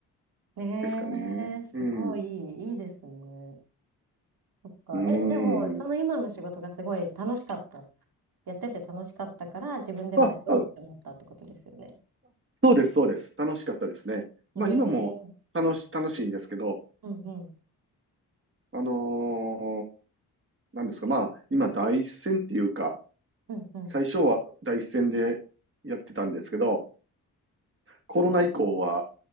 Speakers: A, on the right; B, on the right.
A: ん。え
B: ですかね。
A: ー、すごいいい、
B: うん。う
A: いいですね。そっか。え、
B: ん。
A: じゃあもう、その今の仕事がすごい楽しかった。やってて楽しかったから、自分でもやろうって思ったってことですよね。
B: あ、あ、あ、そうです、そうです。楽しかったですね。
A: えー、
B: まあ、今も楽し、楽しいんですけど、
A: うんうん。
B: あのーなんですか、まあ、今、第一線っていうか、
A: うんうん。
B: 最初は第一線でやってたんですけど、コロナ以降は、